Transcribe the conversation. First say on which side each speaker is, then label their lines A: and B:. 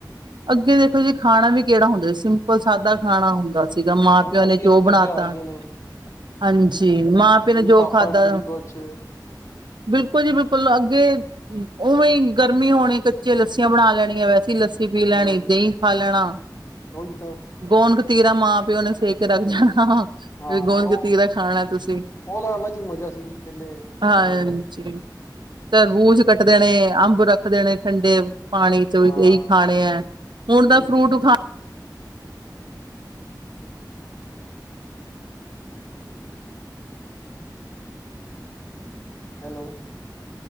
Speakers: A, on the right (about 85°); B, on the left (about 40°).
A: ਅੱਗੇ ਦੇਖੋ ਜੀ ਖਾਣਾ ਵੀ ਕਿਹੜਾ ਹੁੰਦਾ, ਸਿੰਪਲ ਸਾਦਾ ਖਾਣਾ ਹੁੰਦਾ ਸੀਗਾ, ਮਾਂ
B: ਹੁਣ
A: ਪਿਉ
B: ਐਸੀ
A: ਨੇ
B: ਐਸੀ
A: ਜੋ
B: ਚੀਜ਼ਾਂ
A: ਬਣਾ
B: ਆ
A: ਤਾ
B: ਗਈਆਂ ਨੇ
A: ਹਾਂਜੀ, ਮਾਂ ਪਿਉ ਨੇ
B: ਕਦੀ
A: ਜੋ
B: ਪਾਪੜ
A: ਖਾਧਾ
B: ਕਦੀ ਕੁਛ
A: ਬਿਲਕੁਲ ਜੀ ਬਿਲਕੁਲ, ਅੱਗੇ ਉਵੇਂ ਗਰਮੀ ਹੋਣੀ ਕੱਚੇ ਲੱੱਸੀਆਂ ਬਣਾ ਲੈਣੀਆਂ, ਵੈਸੇ ਹੀ ਪੀ
B: ਹੂੰ
A: ਲੈਣੀ, ਦਹੀਂ ਖਾ ਲੈਣਾ,
B: ਉਹੀ ਤਾਂ
A: ਗੋਂਦ ਜਿਹੜਾ ਮਾਂ ਪਿਓ ਨੇ ਸੇਕ ਕੇ ਰੱਖ ਜਾਣਾ
B: ਹਾਂ
A: ਗੂੰਦਕਤੀਰਾ
B: ਉਹ
A: ਖਾਣਾ ਤੁਸੀਂ,
B: ਉਹਦਾ ਅਲੱਗ ਹੀ ਮਜ਼ਾ ਸੀ ਜੀ ਪਹਿਲੇ
A: ਹਾਂਜੀ
B: ਜ਼ਮਾਨੇ 'ਚ।
A: ਤੇ ਤਰਬੂਜ ਕੱਟ ਦੇਣੇ। ਅੰਬ ਰੱਖ ਦੇਣੇ ਠੰਡੇ ਪਾਣੀ ਚ
B: ਹਾਂ
A: ਵੀ ਕਈ ਖਾਣੇ ਆ, ਹੁਣ ਤਾਂ
B: ਉਹੀ
A: ਫਰੂਟ ਖਾ
B: ਹੈਲੋ।